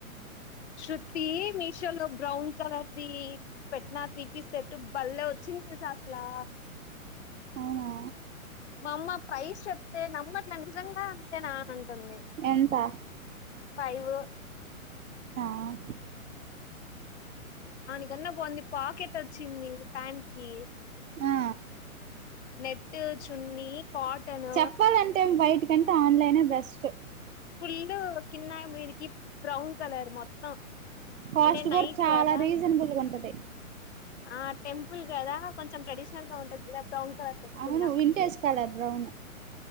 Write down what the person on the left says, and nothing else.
షూ <unintelligible> మీసో బ్రాన్ కలర్ ది పెట్టిన త్రీ పీస్ సేట్టు బలే వచ్చింది తెల్సా అసలా
మా అమ్మ ప్రైజ్ చెప్తే నమ్మట్లా నిజంగా అంతే నా అంటుంది
ఫైవు
<unintelligible> బంది పాకెట్ వచ్చింది ప్యాంట్కి
నెట్ ట్ చున్నీ కాటన్
ఫుల్ కింద మీదకి బ్రౌన్ కలర్ మొత్తం
అంటే నైట్
కదా
ఆహ్ టెంపుల్ కదా కొంచెం ట్రెడిషనల్ గా ఉంటది బ్రౌన్ కలర్ పెట్టుకున్నా